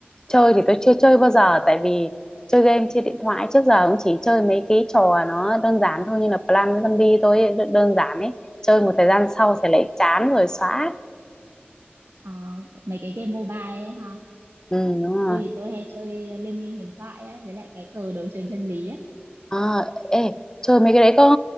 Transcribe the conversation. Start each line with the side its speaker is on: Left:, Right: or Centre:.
Left: chơi thì tôi chưa chơi bao giờ tại vì chơi game trên điện thoại trước giờ cũng chỉ chơi mấy cái trò nó đơn giản thôi như là Plan Zombie tôi ấy, đơn đơn giản ấy chơi một thời gian sau sẽ lại chán rồi xóa
Right: Ờ, mấy cái game mobile ấy ha.
Left: ừ đúng rồi
Right: Tôi thì tôi hay chơi Liên minh huyền thoại ấy, với lại cái cờ đấu trường chân lý ấy.
Left: à, ê chơi mấy cái đấy có